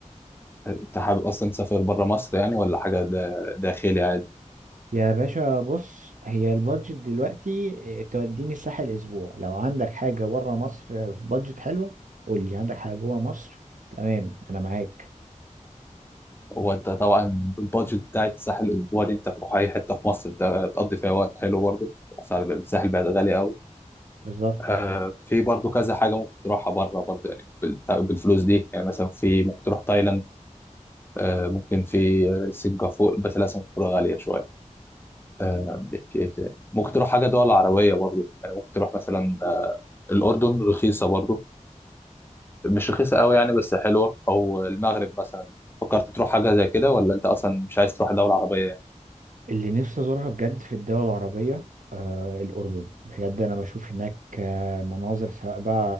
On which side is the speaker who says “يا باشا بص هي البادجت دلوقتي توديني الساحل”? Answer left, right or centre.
Right